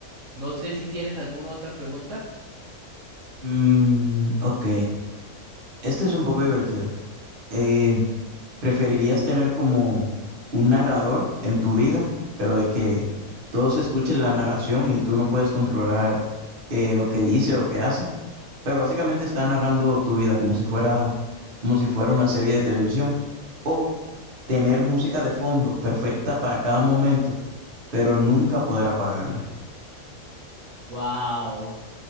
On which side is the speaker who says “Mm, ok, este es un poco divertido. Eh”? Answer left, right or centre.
Right